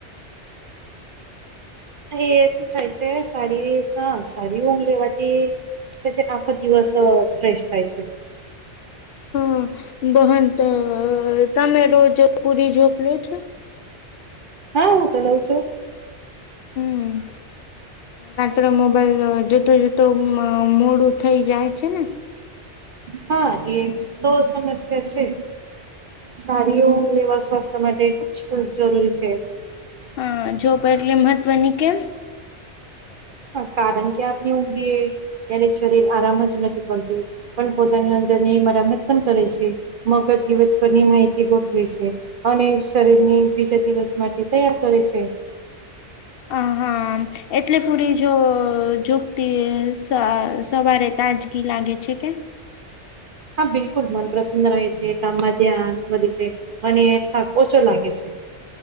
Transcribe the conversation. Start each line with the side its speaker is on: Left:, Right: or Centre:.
Right: એ શું થાય છે સારિરિક સારી ઊંઘ લેવાતી પછી આખો દિવસ ફ્રેશ થાય છે
Left: હા બહન તમે રોજ પુરી ઝપલો છો
Right: હા, હું તો લઉ છું.
Left: હમ, રાત્રે મોબાઈલમાં જોતો જોતો ઊંઘમાં મોડું થઈ જાય છે ને.
Right: હા, એજ તો સમસ્યા છે. સારીઓ લેવા સ્વાસ્થ્ય માટે કુછ જરૂરી છે.
Left: હા, જો પણ એટલે મહત્ત્વની કેમ
Right: હા, કારણ કે આપને ઊગીએ ત્યારે શરીર આરામ જ નથી કરતું. પણ પોતાની અંદર ની મરામત પણ કરે છે. મગજ દિવસભરની માહિતી ગોઠવે છે. અને શરીર ની બીજા દિવસ માટે તૈયાર કરે છે.
Left: અ એટલે પૂરી જો જો ક્તિ સ સવારે તાજ લાગે છે કે
Right: હા, બિલકુલ મન પ્રસન્ન રહે છે, કામમાં ધ્યાન વધે છે, અને થાક ઓછો લાગે છે.